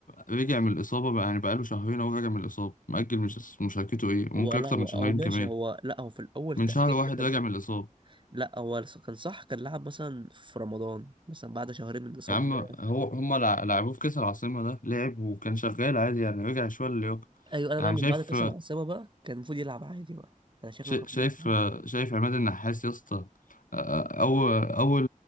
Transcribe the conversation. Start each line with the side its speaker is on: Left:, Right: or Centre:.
Left: رجع من الإصابة بقى يعني بقاله شهرين هو راجع من الإصابة مأجل مش مشاركته إيه وممكن
Right: هو لا
Left: أكتر
Right: هو
Left: من شهرين
Right: اه ماشي
Left: كمان
Right: هو لا هو في الاول
Left: من
Right: تأخير
Left: شهر واحد
Right: ده كان
Left: راجع من الإصابة
Right: لا هو كان صح كان لعب مثلا في رمضان مثلا بعد شهرين من اصابته
Left: يا عم
Right: ده.
Left: هو هما لع- لعبوه في كأس العاصمة ده لعب وكان شغال عادي يعني رجع شوية للياقة
Right: ايوه انا
Left: يعني
Right: بقى من
Left: شايف
Right: بعد كاس العاصمه بقى كان المفروض يلعب عادي بقى انا شايف
Left: شا-
Right: انه كان
Left: شايف
Right: المفروض يلعب عادي.
Left: شايف عماد النحاس يا اسطى آه، أو أول